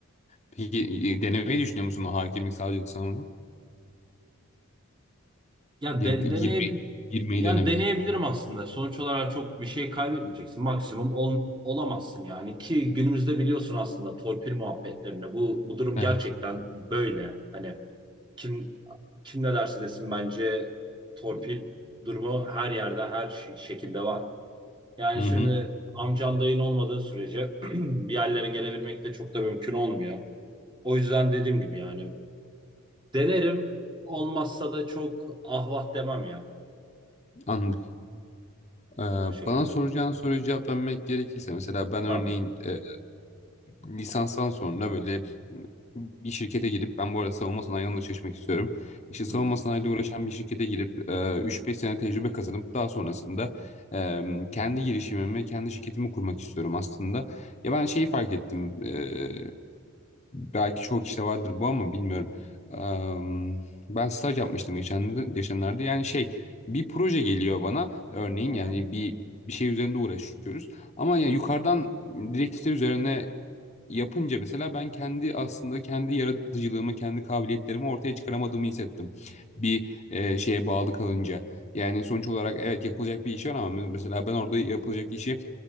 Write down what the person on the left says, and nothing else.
Peki e, denemeyi düşünüyor musun o hakimlik, savcılık sınavını?
Gi-
Girmeyi, girmeyi
denemeyi.
Evet.
Hı
hı.
Anladım. Ee,
Bana soracağın soruya cevap vermek gerekirse mesela ben örneğin
e, lisanstan sonra böyle bir şirkete girip ben bu arada savunma sanayi alanında çalışmak istiyorum. İşte savunma
sanayiyle uğraşan bir şirkete girip e, 3-5 sene tecrübe kazanıp daha sonrasında e, kendi girişimimi, kendi şirketimi kurmak istiyorum aslında. Ya ben şeyi fark ettim. e, belki çoğu kişide vardır bu ama bilmiyorum. Eee, ben staj yapmıştım geçen, geçenlerde. Yani şey bir proje geliyor bana. Örneğin
yani bir bir şey üzerinde uğraşıyoruz. Ama yani yukarıdan direktifler üzerine yapınca mesela ben kendi aslında kendi yaratıcılığımı, kendi kabiliyetlerimi ortaya çıkaramadığımı hissettim. Bir e, şeye bağlı kalınca. Yani sonuç olarak evet yapılacak bir iş var ama mesela ben orada yapılacak işi